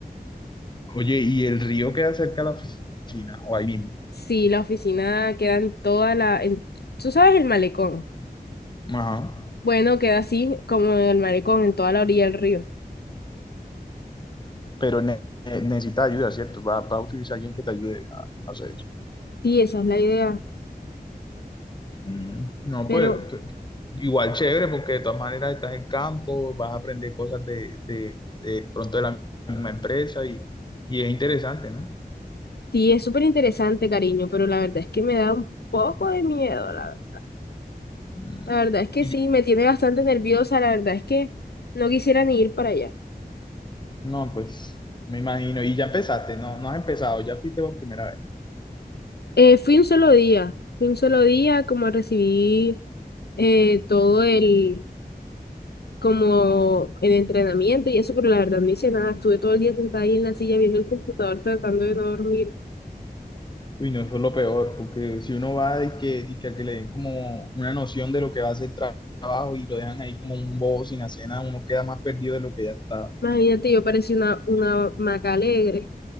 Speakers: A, on the left; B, on the left.
A: Oye, ¿y el río queda cerca de la oficina o ahí mismo?
B: si la oficina queda en toda la... en- tú sabes, el malecón.
A: Ajá.
B: Bueno, queda así como el malecón en toda la orilla del río.
A: Pero ne- necesita ayuda, ¿cierto? Va, va a utilizar alguien que te ayude a hacer eso.
B: Sí, esa es la idea.
A: Mm, No,
B: Pero
A: pues p- igual chévere porque de todas maneras estás en campo, vas a aprender cosas de, de, de pronto de la misma empresa y, y es interesante, ¿no?
B: sí, es súper interesante, cariño, pero la verdad es que me da un poco de miedo, la verdad.
A: Mm,
B: La verdad es que
A: Y
B: sí, me tiene bastante nerviosa, la verdad es que no quisiera ni ir para allá.
A: no, pues me imagino, y ya empezaste, no, no has empezado, ya fuiste por primera vez.
B: Eh, fui un solo día, fui un solo día, como recibí eh, todo el como en entrenamiento y eso, pero la verdad no hice nada. Estuve todo el día sentada ahí en la silla viendo el computador tratando de no dormir.
A: Uy, no, eso es lo peor, porque si uno va de que, de que a que le den como una noción de lo que va a ser el tra- trabajo y lo dejan ahí como un bobo sin hacer nada, uno queda más perdido de lo que ya está.
B: Imagínate, yo parecía una, una maca alegre,